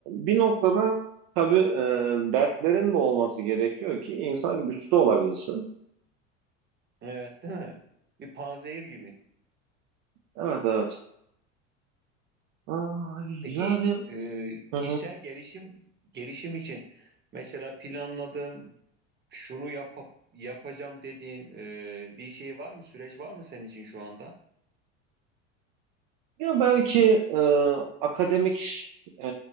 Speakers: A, on the right; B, on the right.
A: bir noktada tabii e, dertlerin de olması gerekiyor ki insan güçlü olabilsin.
B: Evet, değil mi? Bir panzehir gibi.
A: Evet evet. Ay,
B: Peki
A: yani...
B: e,
A: Hı
B: kişisel
A: hı.
B: gelişim gelişim için mesela planladığın şunu yap yapacağım dediğin e, bir şey var mı? Süreç var mı senin için şu anda?
A: Ya belki e, akademik e,